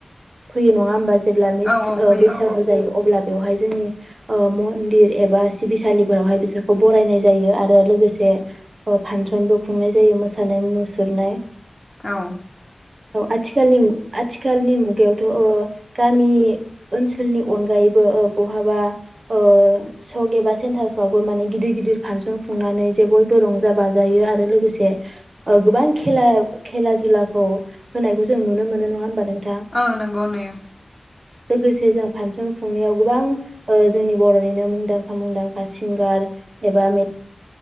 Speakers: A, on the right; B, on the left.
A: फैयो नङा होमबा? जेब्ला मि जेब्ला
B: औ फैयो
A: बैसागु जायो अब्ला बेवहाय जोंनि ओ मन्दिर एबा सिबिसालिफोरावहाय बिसोरखौ बरायनाय जायो आरो लोगोसे फानसनबो खुंनाय जायो मोसानाय मुसुरनाय।
B: औ
A: औ आथिखालनि मु आथिखालनि मुगायावथ ओ गामि ओनसोलनि अनगायैबो ओ बहाबा ओ सक एबा सेन्टारफ्रावबो माने गिदिर गिदिर फानसन खुंनानै जे बयबो रंज जा बाजायो आरो लोगोसे ओ गोबां खेला खेला जुलाखौ होनायखौ जों नुनो मोनो नङा होनबा नों
B: ओं नंगौ नुयो।
A: लोगोसे जों फानसन खुंनायाव गोबां ओ जोंनि बरनिनो मुंदांखा मुंदांखा सिंगार एबा मे